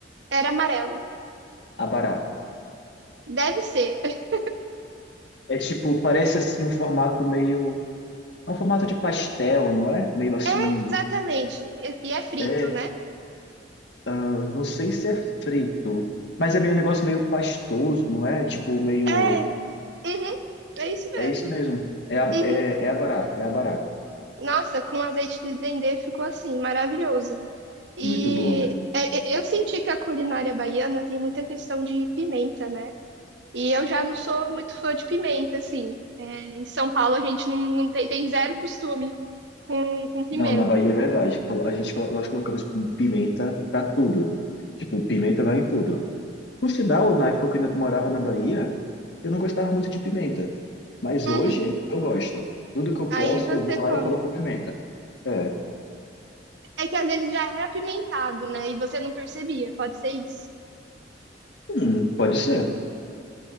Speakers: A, on the right; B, on the left.
A: Era amarelo.
B: Abará.
A: Deve ser. <laughs>
B: É tipo, parece assim um formato meio. É um formato de pastel, não é? Meio assim.
A: É, exatamente. E e é frito,
B: É,
A: né?
B: ah, não sei se é frito, mas é meio um negócio meio pastoso, não é? Tipo, meio.
A: É, uhum, é isso
B: É
A: mesmo.
B: isso mesmo. É, a-
A: Uhum.
B: é, é abará, é abará.
A: Nossa, com azeite de dendê ficou assim, maravilhoso. E
B: Muito bom, né?
A: é, é, eu senti que a culinária baiana tem muita questão de pimenta, né? E eu já não sou muito fã de pimenta, assim. É, em São Paulo a gente não, não tem, tem zero costume com, com pimenta.
B: Não, na Bahia é verdade. Colo- A gente, colo- nós colocamos pimenta pra tudo. Tipo, pimenta vai em tudo. Por sinal, na época que eu ainda morava na Bahia, eu não gostava muito de pimenta. Mas
A: Uhum.
B: hoje eu gosto. Tudo que eu posso,
A: Aí você
B: eu vou lá
A: come.
B: e coloco pimenta. É.
A: É que às vezes já era apimentado, né? E você não percebia, pode ser isso.
B: Hum, pode ser.